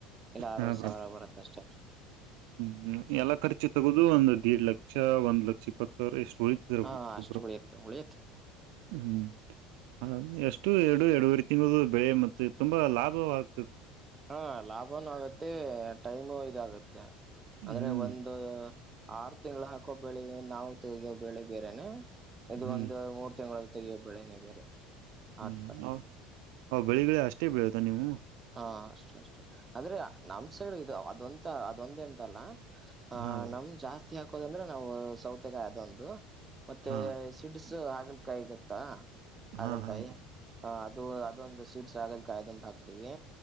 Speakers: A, on the right; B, on the right.
A: ಇಲ್ಲ ಅರವತ್ತು
B: ಹಾ ಬ್ರೋ
A: ಸಾವಿರ ಬರುತ್ತ ಅಷ್ಟು
B: ಹ್ಮ್ ಎಲ್ಲ ಖರ್ಚು ತಗೋದು ಒಂದ ದೇಡ್ ಲಕ್ಷ ಒಂದ್ ಲಕ್ಷ ಇಪ್ಪತ್ತು ಸಾವಿರ ಎಷ್ಟು ತೊಳಿತರಪಕ್ಕಪರ
A: ಹಾ ಅಷ್ಟು
B: <inaudible>
A: ಉಳಿಯುತ್ತೆ ಉಳಿಯುತ್ತೆ
B: ಹ್ಮ್ ಹ ಎಷ್ಟು ಎರಡು ಎರಡುವರೆ ತಿಂಗಳು ಬೆಳೆ ಮತ್ತೆ ತುಂಬಾ ಲಾಭವಾಗ
A: ಹಾ ಲಾಭನುೂ ಆಗತ್ತೆ ಟೈಮು ಇದಾಗತ್ತೆ
B: ಹ್ಮ್
A: ಅಂದ್ರೆ ಒಂದು ಆರು ತಿಂಗಳ ಹಾಕೋ ಬೆಳಿ ನಾವು ತಗಿಯ ಬೆಳಿ ಬೇರೆನೆ ಇದು
B: ಹ್ಮ್
A: ಒಂದು ಮೂರು ತಿಂಗಳ ತಗೋ ಬೆಳೆನೆ ಬೇರೆ
B: ಹ್ಮ್
A: ಆತರ
B: ಅವ್ ಬೆಳಿಗ್ಗಳ ಅಷ್ಟೇ ಬೆಳದ ನೀವು
A: ಹಾ ಅಷ್ಟು ಅಷ್ಟು ಅಂದ್ರೆ ನಮ ಸೈಡ್ ಇದು ಅದೊಂತ ಅದೊಂದೇ ಎಂತಲ್ಲ ಆ
B: ಹಾ ಬ್ರೋ
A: ನಮ್ ಜಾಸ್ತಿ ಹಾಕೋದಂದ್ರೆ ನಾವು ಸೌತೆಗಾಯ ಅದೊಂದು ಮತ್ತೆ
B: ಹಾ
A: ಸಿಡಸ ಹಾಗಲ್ಕಾಯಿ ಗೊತ್ತಾ ಹಾಗಲ್ಕಾಯಿ
B: ಹಾ ಹಾ ಬ್ರೋ
A: ಹ ಅದೊಂದು ಸೀಡ್ಸ್ ಹಾಗಲಕಾಯಿ ಅದೂಂದ ಹಾಕ್ತವಿ